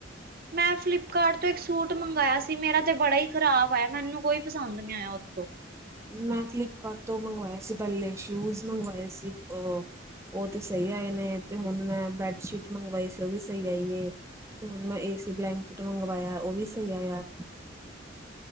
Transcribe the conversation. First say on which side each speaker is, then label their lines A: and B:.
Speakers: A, on the right (about 50°); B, on the right (about 15°).
A: ਮੈਂ ਫਲਿਪਕਾਰਟ ਤੋਂ ਇੱਕ ਸੂਟ ਮੰਗਵਿਆ ਸੀ, ਮੇਰਾ ਤੇ ਬੜਾ ਹੀ ਖ਼ਰਾਬ ਆਇਆ ਮੈਨੂੰ ਕੋਈ ਪਸੰਦ ਨਹੀਂ ਆਇਆ ਉੱਥੋਂ।
B: ਮੈਂ ਫਲਿਪਕਾਰਟ ਤੋਂ ਮੰਗਵਾਇਆ ਸੀ ਪਹਿਲੇ। ਸ਼ੂਜ ਮੰਗਵਾਏ ਸੀ ਉਹ, ਉਹ ਤੇ ਸਹੀ ਆਏ। ਨੇ ਤੇ ਹੁਣ ਮੈਂ ਬੈਡਸ਼ੀਟ ਮੰਗਵਾਈ ਸੀ ਉਹ ਵੀ ਸਹੀ ਆਈ ਏ। ਤੇ ਹੁਣ ਮੈਂ ਏਸੀ ਬਲੈਂਕਿਟ ਮੰਗਵਾਇਆ ਉਹ ਵੀ ਸਹੀ ਆਇਆ।